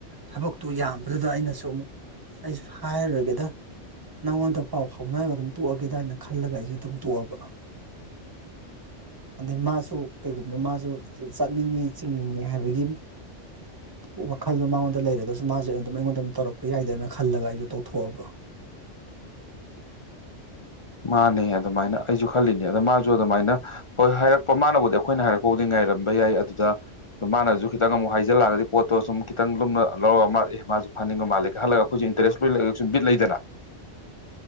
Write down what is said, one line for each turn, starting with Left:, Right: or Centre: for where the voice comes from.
Right: ꯊꯕꯛꯇꯨ ꯌꯥꯝꯕꯗꯨꯗ ꯑꯩꯅꯁꯨ ꯑꯃꯨꯛ ꯑꯩꯁꯨ ꯍꯥꯏꯔꯨꯔꯒꯦꯗ ꯅꯪꯉꯣꯟꯗ ꯄꯥꯎ ꯐꯥꯎꯅꯔꯒ ꯑꯗꯨꯝ ꯇꯣꯛꯑꯒꯦꯗꯅ ꯈꯜꯂꯒ ꯑꯩꯁꯨ ꯑꯗꯨꯝ ꯇꯣꯛꯑꯕ ꯑꯗꯩ ꯃꯥꯁꯨ ꯀꯩꯒꯨꯝꯕ ꯃꯥꯁꯨ ꯆꯠꯅꯤꯡꯉꯤ ꯆꯤꯡꯅꯤꯡꯉꯤ ꯍꯥꯏꯕꯒꯤ ꯎ ꯋꯥꯈꯜꯗꯣ ꯃꯉꯣꯟꯗ ꯂꯩꯔꯒꯁꯨ ꯃꯥꯁꯦꯝ ꯑꯩꯉꯣꯟꯗꯝꯧꯔꯛꯄ ꯌꯥꯏꯗꯅ ꯈꯜꯂ ꯑꯩꯁꯨ ꯇꯧ ꯊꯣꯛꯣꯛꯑꯕ
Left: ꯃꯥꯅꯦ ꯑꯗꯨꯃꯥꯏꯅ ꯑꯩꯁꯨ ꯈꯜꯂꯤꯅꯦ ꯑꯗꯣ ꯃꯥꯁꯨ ꯑꯗꯨꯃꯥꯏꯅ ꯍꯣꯏ ꯍꯥꯏꯔꯛꯄ ꯃꯥꯅꯕꯨꯗꯤ ꯑꯩꯈꯣꯏꯅ ꯍꯥꯏꯔꯛꯄꯕꯨꯥꯎꯗꯤ ꯉꯥꯏꯔꯝꯕ ꯌꯥꯏ ꯑꯗꯨꯗ ꯁ ꯃꯥꯅꯁꯨ ꯈꯤꯇꯪ ꯑꯃꯨꯛ ꯍꯥꯏꯖꯤꯜꯂꯛꯑꯒꯗꯤ ꯄꯣꯠꯇꯣ ꯁꯨꯝ ꯈꯤꯇꯪ ꯂꯨꯝꯅ ꯂꯧꯔꯒ ꯃꯥ ꯑꯦ ꯃꯥꯁꯨ ꯐꯥꯅꯤꯡꯕ ꯃꯥꯜꯂꯦꯒ ꯈꯜꯂꯒ ꯑꯩꯈꯣꯏꯁꯨ ꯏꯟꯇꯔꯦꯁ ꯂꯣꯏ ꯂꯩꯒ ꯁꯨꯝ ꯕꯤꯠ ꯂꯩꯗꯅ